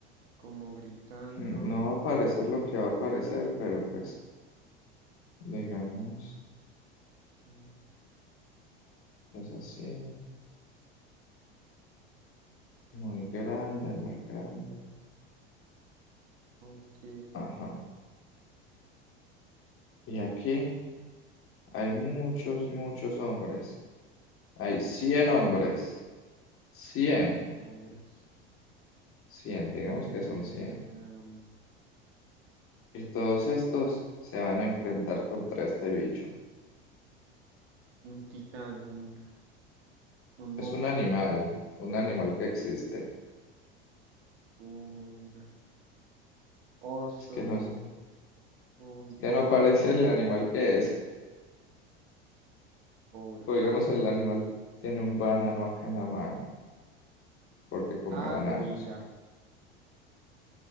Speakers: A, on the right; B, on the left.
A: como gritando.
B: No no va a aparecer lo que va a aparecer, pero pues, digamos,
A: Mm,
B: es así, muy grande, muy grande.
A: Ok,
B: Ajá. Y aquí hay muchos, muchos hombres. Hay cien
A: ok.
B: hombres. cien
A: Nombres.
B: cien digamos
A: Eh,
B: que son cien Y todos estos se van a enfrentar contra este bicho.
A: un titán, un, un monstruo,
B: Es un animal, un animal que existe.
A: un oso,
B: Es que no, es
A: un
B: es que
A: or,
B: no parece el <laughs> animal que es.
A: or
B: O digamos,
A: algo.
B: el animal tiene un banano acá en la mano. porque come
A: Ah,
B: bananos.
A: gorila.